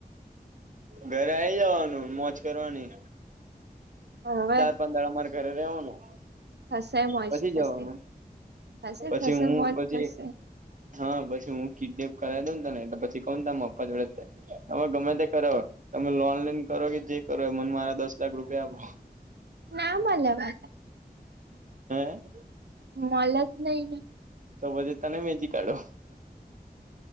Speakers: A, on the right; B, on the right.
A: ઘરે આઈ જવાનું મોજ કરવાની.
B: હવે
A: ચાર પાંચ દાડા મારે ઘરે રેવાનું.
B: થશે મોજ
A: પછી
B: થશે
A: જવાનું.
B: થશે
A: પછી
B: થશે
A: હું
B: મોજ
A: પછી
B: થશે
A: હાન પછી હું કિડનેપ કરાવ દઉ ને તને એટલે પછી કઉ ને તારા અપ્પા જોડે તમે ગમે તે કરો તમે લોન લઈન કરો કે જે કરો એ મને મારા દસ લાખ રૂપિયા આપો.
B: ના મલે ભાઈ.
A: હેં?
B: મલે જ નઇ ને.
A: તો પછી તને વેચી કાઢું.